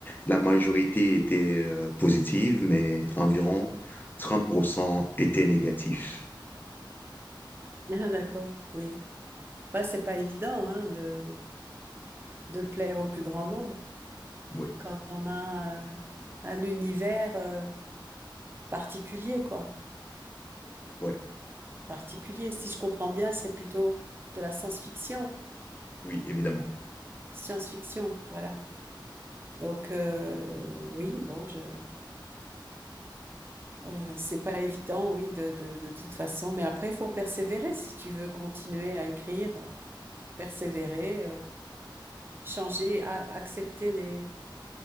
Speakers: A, on the left; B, on the right.
A: La majorité était euh, positive, mais environ 30% étaient négatifs.
B: <laughs> Ah, d'accord, oui. Bah, c'est pas évident hein, de, de plaire au plus grand nombre
A: Oui,
B: quand on a euh, un univers euh, particulier, quoi.
A: ouais,
B: Particulier, si je comprends bien, c'est plutôt de la science-fiction.
A: oui, évidemment.
B: Science-fiction, voilà. Donc, euh, oui, bon, je, euh, c'est pas évident, oui, de, de, de toute façon. Mais après, il faut persévérer si tu veux continuer à écrire, persévérer, euh, changer, a- accepter les